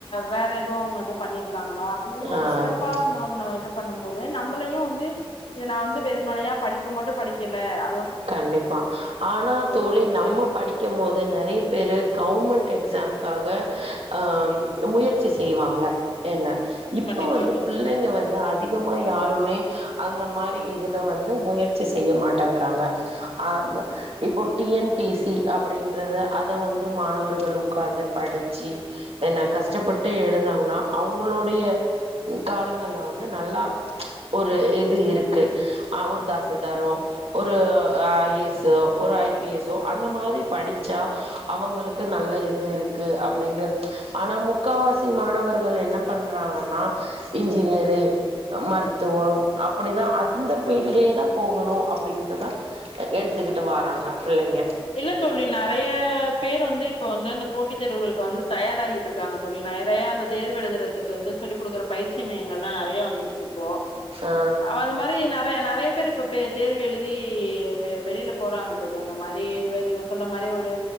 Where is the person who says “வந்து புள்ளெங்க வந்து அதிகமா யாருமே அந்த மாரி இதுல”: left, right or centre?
Right